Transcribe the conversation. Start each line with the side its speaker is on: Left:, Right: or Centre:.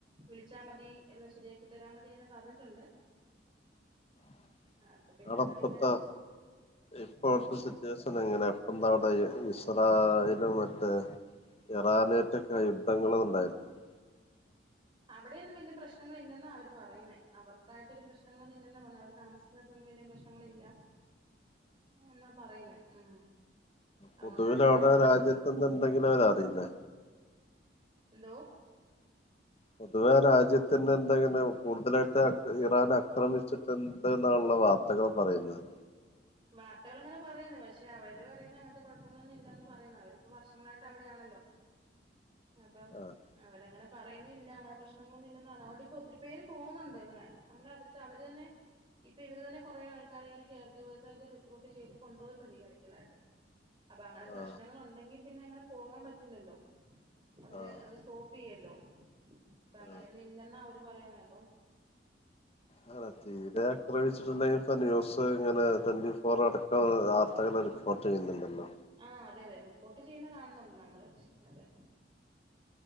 Right: വിളിച്ചാൽ മതി എല്ലാം ശരിയാ ത്തരാ മതിങ്ങനെ പറഞ്ഞിട്ടുണ്ട്
Left: <inaudible>
Right: അപ്പൊ പിന്നെ
Left: അളപ്പത്തെ
Right: അങ്ങനെയങ്ങ്
Left: ഇപ്പോഴത്തെ
Right: പോവും
Left: സിറ്റുവേഷൻ എങ്ങനെയ എന്താ വ്ടെ <inaudible> <unintelligible> ഇത് മറ്റേ ഇറാനേറ്റക്കെ യുദ്ധങ്ങൾ ഉണ്ടായിരുന്നുണ്ട്
Right: അവിടെന്നും വല്ല്യ പ്രശ്നങ്ങളില്ലെന്ന അവര് പറയുന്നേ അവർക്ക് തായിട്ടൊരു പ്രശ്നങ്ങളൊന്നും ഇല്ലെന്ന പറഞ്ഞാ അവ താമസിക്കുന്നൊട്ത്തൊ ന്നും വല്ല്യപ്രശ്നങ്ങളില്ല ആ <unintelligible> എന്നാ പറയുന്നേ ഉം
Left: പൊതുവൽ
Right: അതുകൊണ്ടാണല്ലോ
Left: അവിടെ
Right: ഇങ്ങനെ ആൾക്കാര്
Left: രാജ്യത്ത്ന്നുണ്ടെങ്കിലും അവരറിയില്ലേ
Right: എന്തോ
Left: പൊതുവേ രാജ്യത്തി എന്തെ കൂടുതലായിട്ട് ഇറാൻ ആക്രമിച്ചിട്ട് എന്തെ ള്ള വാർത്തകൾ പറയുന്നത്
Right: വാർത്തകൾ അങ്ങനെ പറയുന്നു പക്ഷെ അവര് പറയുന്ന അങ്ങനത്തെ കുഴപ്പങ്ങളൊന്നും ഇല്ലന്ന് പറയുന്ന അവരിപ്പോ വർഷങ്ങളായിട്ട് അവിടെയാണല്ലോ അപ്പം
Left: ആഹ്
Right: അവടെങ്ങനെ പറയുന്നില്ലല്ല അങ്ങനെ പ്രശ്നങ്ങളൊന്നും ഇല്ല അുകൊണ്ട്ിപ്പൊ ഒത്തിരി പേര് പോകുന്നുണ്ട് ഇങ്ങനെ നമ്മള അടുത്ത് അവര് തന്നെ ഇപ്പ ഇര് തന്നെ കുറെ ആൾക്കാര് ഇങ്ങനെെയർഗിവേഴ്സ്യി് റിക്രൂട്ട് ചെയ്ത് കൊണ്ടുപോയിട്ടുണ്ട് ഈ ഇടക്കലായിട്ട് അപ്പൊ അങ്ങനെ പ്രശ്നങ്ങൾ
Left: ആഹ്
Right: ഉണ്ടെങ്കിൽ പിന്നെ അങ്ങനെ പോകാൻ പറ്റൂലല്ലോ അവര്
Left: ആഹ്
Right: അത് സ്റ്റോപ്പ് ചെയ്യല്ലോ അപ്പൊ അങ്ങനെയൊന്നും
Left: ആഹ്
Right: ഇല്ലെന്നാ അവര് പറയുന്ന അ <unintelligible>
Left: അല്ല തീരെ ആക്രമിച്ചിട്ടണ്ടെങ്കിൽപ്പൂസ് ഇങ്ങനെ ത ഇപ്പോറടക്കം വാർത്തകൾ റിപ്പോർട്ട് ചെയ്യുന്നുണ്ടല്ലോ
Right: ആഹ അതെ അതെ റിപ്പോർട്ട് ചെയ്യുന്ന കാണുന്നുണ്ട് നമ്മള് അതെ